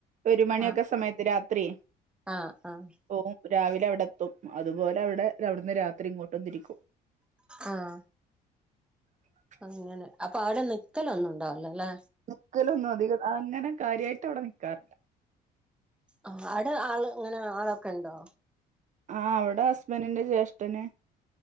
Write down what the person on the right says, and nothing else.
ഒരു മണിയൊക്കെ
സമയത്ത് രാത്രിയേ
പോവും രാവിലെ അവിടെ എത്തും അതുപോലെ അവിടെ അവിടുന്ന് രാത്രി ഇങ്ങോട്ട് തിരിക്കും
<inaudible>
നിക്കലൊന്നും അധികം അങ്ങനെ കാര്യമായിട്ട് അവിടെ നിക്കാറില്ല
ആ അവിടെ ഹസ്ബൻഡ്റ്റിന്റെ ജ്യേഷ്ഠന്